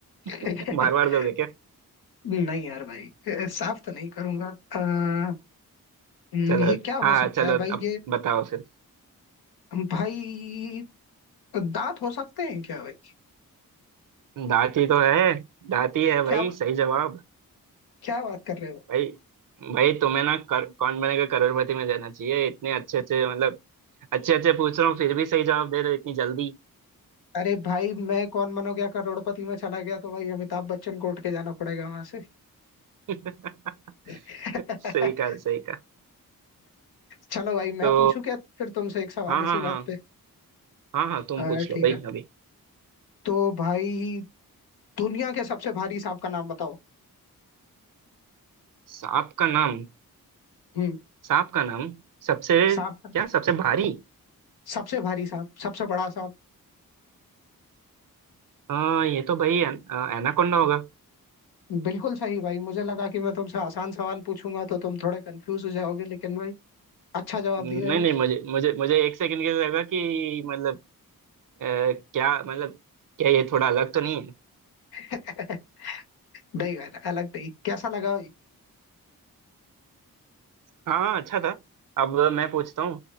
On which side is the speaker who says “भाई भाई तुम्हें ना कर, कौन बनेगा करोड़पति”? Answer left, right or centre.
Right